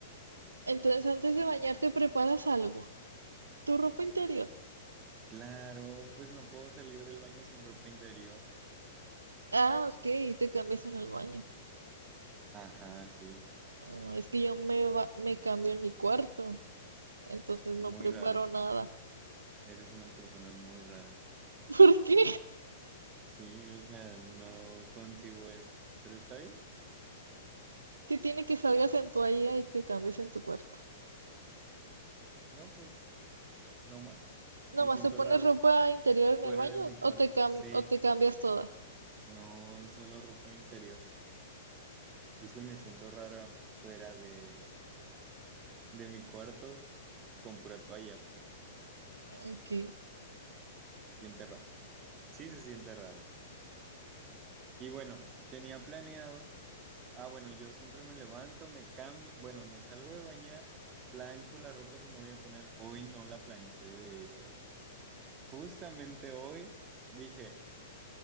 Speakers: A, on the right; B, on the right.
A: Entonces antes de bañarte preparas algo. Tu ropa interior.
B: Claro, pues no puedo salir del baño sin ropa interior.
A: Ah, ok, te cambias en el baño.
B: Ajá, sí,
A: Mm, Es que yo me, ba- me cambio en mi cuarto, entonces
B: muy
A: no preparo
B: raro.
A: nada.
B: Eres una persona muy rara.
A: <laughs> ¿Por qué?
B: Sí, o sea, no concibo eso. Pero está bien.
A: ¿Qué tiene que salgas en toalla y te cambies en tu cuarto?
B: No, pues, no más.
A: ¿Nomás
B: Me siento
A: te pones
B: raro
A: ropa interior en
B: fuera
A: el baño
B: de mi cuarto.
A: o te cam-
B: Sí,
A: o te cambias toda?
B: no solo ropa interior. Pues que me siento raro fuera de, de mi cuarto con pura toalla, pues.
A: Ok.
B: Se siente raro. Sí, se siente raro. Y bueno, tenía planeado. Ah, bueno, yo siempre me levanto, me cambio. Bueno, me salgo de bañar, plancho la ropa que me voy a poner. Hoy no la planché, de hecho. Justamente hoy dije,